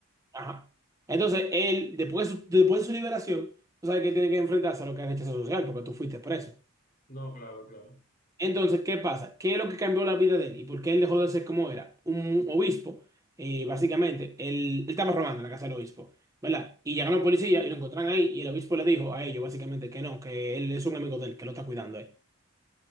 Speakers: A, on the right; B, on the left.
A: Ajá. Entonces, él, después de su, después de su liberación, tú sabes que él tiene que enfrentarse a lo que es rechazo social, porque tú fuiste preso.
B: No, claro, claro.
A: Entonces, ¿qué pasa? ¿Qué es lo que cambió la vida de él? ¿Y por qué él dejó de ser como era? Un obispo, eh, básicamente, él, él estaba robando en la casa del obispo, ¿verdad? Y llegaron los policías y lo encontraron ahí, y el obispo le dijo a ellos, básicamente, que no, que él es un amigo de él, que lo está cuidando, eh.